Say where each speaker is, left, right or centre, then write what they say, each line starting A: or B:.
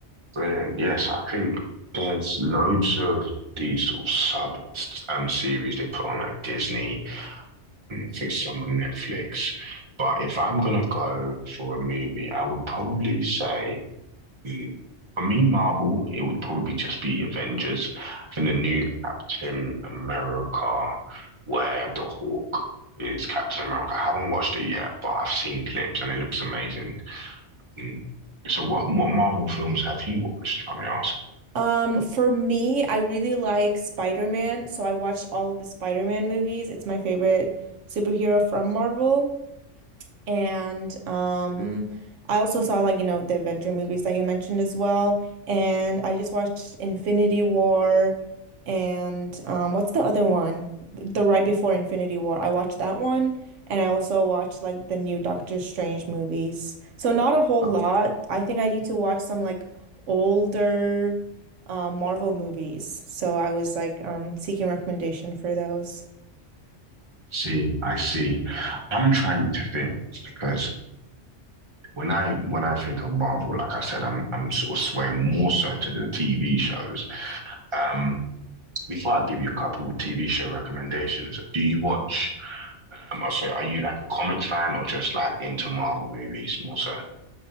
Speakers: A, on the right; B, on the right.
A: Brilliant. Yes, I think there's loads of these sort of sub um series they put on like Disney. I think some on Netflix. But if I'm gonna go for a movie, I would probably say mm, for me, Marvel, it would probably just be Avengers and the new Captain America, where the Hawk is Captain America. I haven't watched it yet, but I've seen clips and it looks amazing. Mm. So what what Marvel films have you watched, if I may ask?
B: Um, for me, I really like Spider-Man, so I watched all of the Spider-Man movies. It's my favorite superhero from Marvel. And um, I also saw like, you know, the Avenger movies that you mentioned as well. And I just watched Infinity War and um, what's the other one? The right before Infinity War. I watched that one. And I also watched like the new Doctor Strange movies. So not a whole
A: I
B: lot. I think I need to watch some like older uh, Marvel movies. So I was like um, seeking recommendation for those.
A: See, I see. I'm trying to think because when I when I think of Marvel, like I said, I'm I'm sort of swaying more so to the TV shows. Um, before I give you a couple of TV show recommendations, do you watch? Um, oh, sorry, are you like a comic fan or just like into Marvel movies more so?